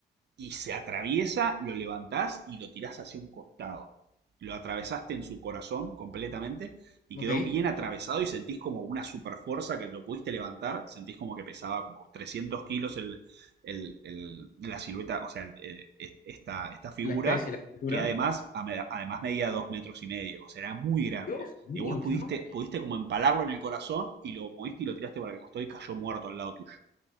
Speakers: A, on the right; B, on the left.
A: y se atraviesa, lo levantás y lo tirás hacia un costado. Lo atravesaste en su corazón completamente y
B: Ok,
A: quedó bien atravesado y sentís como una super fuerza que lo pudiste levantar. Sentís como que pesaba como 300 kilos el, el- el- la silueta, o sea, el- el- esta, esta figura
B: la especie, la criatura.
A: que además, además medía dos metros y medio. O sea, era muy grande.
B: Dios mío,
A: Y vos pudiste,
B: qué enorme.
A: pudiste como empalarlo en el corazón y lo moviste y lo tiraste para el costado y cayó muerto al lado tuyo.